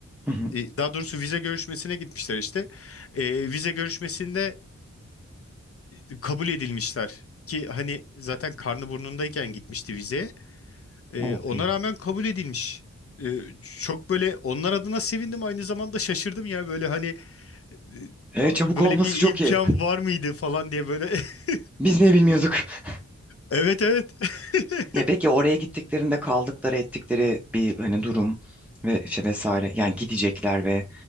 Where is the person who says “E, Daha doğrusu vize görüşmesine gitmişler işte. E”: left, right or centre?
Left